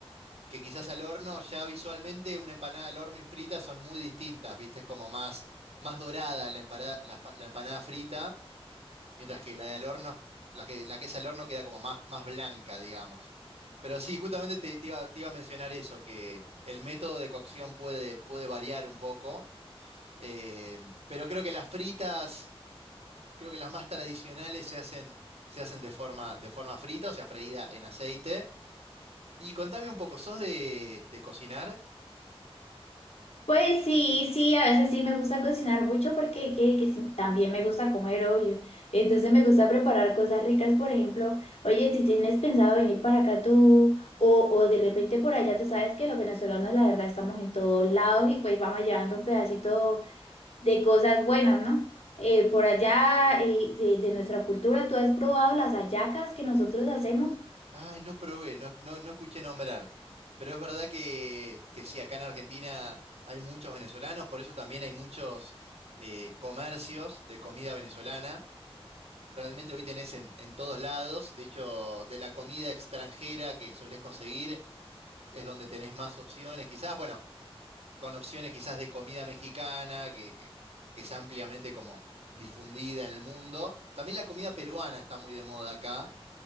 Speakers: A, on the right; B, on the left.
A: que quizás al horno, ya visualmente una empanada al horno y frita son muy distintas, ¿viste? Es como más, más dorada la empanada, la, espa- la empanada frita, mientras que la de al horno, la que, la que es al horno queda como más, más blanca, digamos. Pero sí, justamente te, te iba, te iba a mencionar eso, que el método de cocción puede, puede variar un poco. eh, pero creo que las fritas creo que las más tradicionales se hacen, se hacen de forma, de forma frita, o sea, freída en aceite. Y contame un poco, ¿sos de, de cocinar?
B: Pues sí, sí, a veces sí me gusta cocinar mucho porque que, que sí, también me gusta comer, obvio. Entonces me gusta preparar cosas ricas, por ejemplo, oye, si tienes pensado venir para acá tú o, o de repente por allá, tú sabes que los venezolanos la verdad estamos en todos lados y pues vamos llevando un pedacito de cosas buenas, ¿no? Eh, por allá, eh, de, de nuestra cultura, ¿tú has probado las hallacas que nosotros hacemos?
A: Ay, no probé, no, no, no escuché nombrar. Pero es verdad que, que sí, acá en Argentina hay muchos venezolanos, por eso también hay muchos eh, comercios de comida venezolana. Realmente hoy tenés en, en todos lados, de hecho, de la comida extranjera que solés conseguir es donde tenés más opciones. Quizás, bueno, con opciones quizás de comida mexicana, que, que- que es ampliamente como difundida en el mundo. También la comida peruana está muy de moda acá.